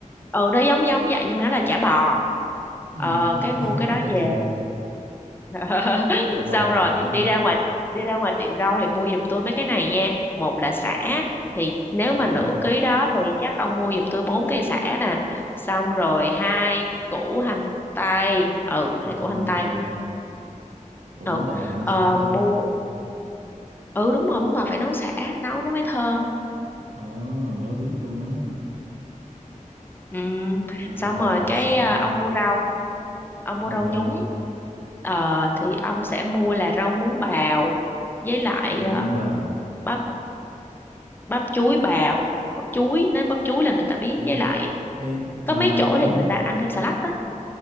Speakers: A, on the left; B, on the right.
A: ừ nó giống giống vậy nhưng mà nó là chả bò
B: ừ.
A: ờ cái mua
B: <laughs>
A: cái đó
B: ok
A: về <laughs>
B: chả bò
A: xong rồi
B: đúng không
A: đi ra ngoài đi ra ngoài tiệm rau thì mua giùm tôi mấy cái này nha một là sả thì nếu
B: sả
A: mà nửa ký đó thì chắc ông mua giùm tôi bốn cây sả nè xong rồi hai củ hành tây ừ hai củ
B: của
A: hành
B: mình
A: tây
B: tây ủa
A: ừ
B: bún bò mà ăn
A: ờ,
B: sả hả
A: mua
B: ta
A: ừ đúng rồi bún bò phải nấu sả nấu nó mới thơm
B: Ờ, mới biết luôn á.
A: Ừ.
B: À,
A: Xong
B: vậy
A: rồi
B: là phải bỏ
A: cái
B: sả,
A: à, ông mua rau, ông mua
B: mua
A: rau
B: rau,
A: nhúng. Ờ, thì ông sẽ mua là rau muống bào với lại
B: lụng
A: à,
B: bào,
A: bắp bắp chuối bào, bắp chuối, nói bắp chuối là người ta biết
B: chuối,
A: với lại
B: cái
A: có
B: nâu
A: mấy
B: nâu
A: chỗ
B: quá đúng
A: thì người
B: không?
A: ta ăn thêm xà lách đó.